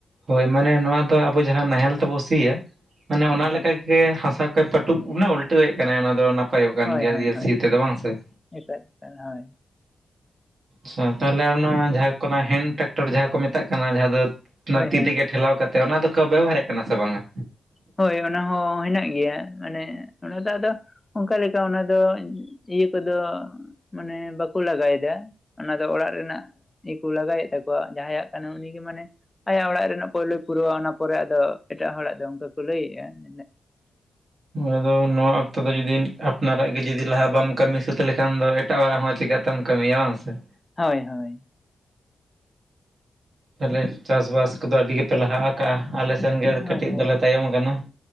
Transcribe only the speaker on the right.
ᱦᱳᱭ, ᱢᱟᱱᱮ ᱱᱚᱣᱟ ᱫᱚ ᱟᱵᱚ ᱡᱟᱦᱟᱸ ᱱᱟᱦᱮᱞ ᱛᱮᱵᱚ ᱥᱤᱭᱟ ᱢᱟᱱᱮ ᱚᱱᱟ
ᱞᱮᱠᱟ ᱜᱮ ᱦᱟᱥᱟ ᱠᱚᱭ ᱯᱟᱹᱴᱩᱵ ᱢᱟᱱᱮ ᱩᱞᱴᱟᱹᱣᱮᱫ ᱠᱟᱱᱟᱭ ᱚᱱᱟ ᱫᱚ ᱱᱟᱯᱟᱭᱚᱜ ᱠᱟᱱ
ᱜᱮᱭᱟ
ᱤᱭᱟᱹ
ᱥᱤ ᱛᱮᱫᱚ ᱵᱟᱝ ᱥᱮ ᱾
ᱟᱪ-ᱪᱷᱟ, ᱛᱟᱦᱞᱮ ᱚᱱᱟ ᱡᱟᱦᱟᱸ ᱠᱚᱱᱟ ᱦᱮᱱ ᱴᱨᱟᱠᱴᱚᱨ ᱡᱟᱦᱟᱸ ᱠᱚ ᱢᱮᱛᱟᱜ ᱠᱟᱱᱟ ᱡᱟᱦᱟᱸ ᱫᱚ ᱚᱱᱟ
ᱛᱤ
ᱛᱮᱜᱮ ᱴᱷᱮᱞᱟᱣ ᱠᱟᱛᱮ ᱚᱱᱟ ᱫᱚᱠᱚ ᱵᱮᱵᱚᱦᱟᱨᱮᱫ ᱠᱟᱱᱟ ᱥᱮ ᱵᱟᱝᱟ?
ᱟᱫᱚ ᱱᱚᱣᱟ ᱚᱠᱛᱚ ᱫᱚ ᱡᱩᱫᱤᱢ ᱟᱯᱱᱟᱨᱟᱜ ᱜᱮ ᱡᱩᱫᱤ ᱞᱟᱦᱟ ᱵᱟᱢ ᱠᱟᱹᱢᱤ ᱥᱟᱹᱛ ᱞᱮᱠᱷᱟᱱ ᱫᱚ ᱮᱴᱟᱜ ᱦᱚᱲᱟᱜ ᱦᱚᱸ ᱪᱤᱠᱟ ᱛᱮᱢ ᱠᱟᱹᱢᱤᱭᱟ ᱵᱟᱝ ᱥᱮ ᱾
ᱛᱟᱞᱦᱮ ᱪᱟᱥᱵᱟᱥ ᱠᱚᱫᱚ ᱟᱹᱰᱤ ᱜᱮᱯᱮ ᱞᱟᱦᱟ ᱟᱠᱟᱜᱼᱟ ᱟᱞᱮ ᱥᱮᱱ ᱜᱮ
ᱠᱟᱹᱴᱤᱡ ᱫᱚᱞᱮ ᱛᱟᱭᱚᱢ ᱟᱠᱟᱱᱟ ᱾